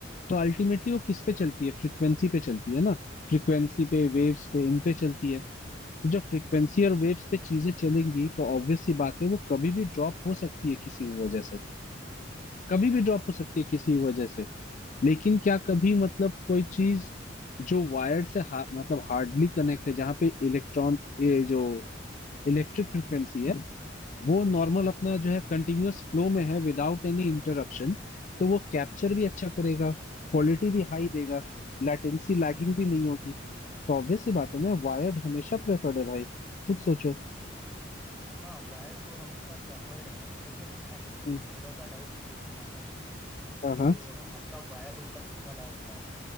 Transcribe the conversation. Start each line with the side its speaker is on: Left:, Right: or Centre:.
Left: तो अल्टीमेटली
Centre: हम्म
Left: वो किस पे चलती है फ्रिक्वेंसी पे चलती है ना फ्रिक्वेंसी पे
Centre: हम्म हम्म
Left: वेव्स
Centre: हम्म
Left: पे इन पे चलती है तो जब फ्रिक्वेंसी
Centre: हम्म हम्म
Left: और वेव्स पे चीजें चलेंगी तो ऑब्वियस सी बात है वो कभी भी ड्रॉप हो सकती है किसी भी वजह से
Centre: हम्म,
Left: कभी
Centre: हम्म,
Left: भी
Centre: हम्म,
Left: ड्रॉप हो सकती
Centre: हम्म,
Left: है
Centre: हम्म,
Left: किसी भी वजह से लेकिन क्या कभी
Centre: कभी भी
Left: मतलब
Centre: तो
Left: कोई चीज जो वायर्ड से हा, मतलब हार्डली कनेक्ट है जहाँ पे इलेक्ट्रॉन ये जो इलेक्ट्रिक फ्रिक्वेंसी
Centre: हम्म
Left: है वो नॉर्मल
Centre: हम्म हम्म
Left: अपना जो है कंटिन्यूअस फ्लो में है विदाउट एनी इंटरप्शन तो वो कैप्चर
Centre: हम्म
Left: भी अच्छा करेगा क्वालिटी भी हाई
Centre: हम्म हम्म
Left: देगा लेटेंसी लैगिंग
Centre: हम्म हम्म,
Left: भी नहीं होगी तो ऑब्वियस सी बात
Centre: हम्म, हम्म,
Left: है ना
Centre: हम्म,
Left: वायर्ड हमेशा प्रेफर्ड है भाई खुद सोचो
Centre: हाँ वायर्ड तो हमेशा प्रेफर्ड है लेकिन अभी मेरे
Left: हम्म,
Centre: को थोड़ा सा डाउट ये भी था ना कि
Left: हाँ हाँ
Centre: जो आपका वायरलेस वाला होता है